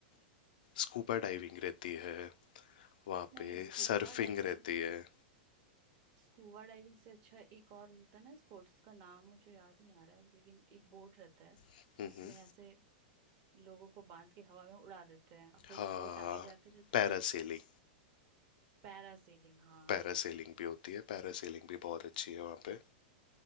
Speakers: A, on the left (about 60°); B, on the right (about 45°).
A: स्कूबा डाइविंग रहती है वहाँ
B: नहीं
A: पे
B: स्कूबा
A: सर्फिंग
B: डाइविंग
A: रहती है
B: स्कूबा डाइविंग से अच्छा एक और होता है ना स्पोर्ट्स का नाम मुझे याद नहीं आ रहा है लेकिन एक बोट रहता है
A: हम्म
B: उसमें
A: हम्म,
B: ऐसे लोगों को बांध के हवा में उड़ा देते हैं और फिर
A: हाँ
B: वो बोट आगे जाते रहती
A: पैरासेलिंग
B: है पैरासेलिंग हाँ
A: पैरासेलिंग भी होती है पैरासेलिंग भी बहुत अच्छी है वहाँ पे